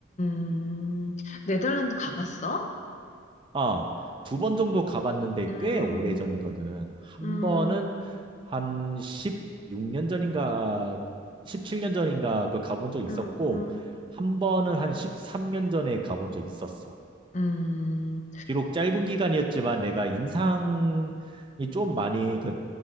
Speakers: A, on the left; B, on the right.
A: 음. 네덜란드 가봤어?
B: 아, 두 번 정도 가봤는데
A: 음,
B: 꽤 오래전이거든. 한
A: 음,
B: 번은 한 16년 전인가 17년 전인가 그 가본 적 있었고
A: 음, 음,
B: 한 번은 한 13년 전에 가본 적 있었어.
A: 음,
B: 비록 짧은 기간이었지만 내가 인상이 좀 많이 그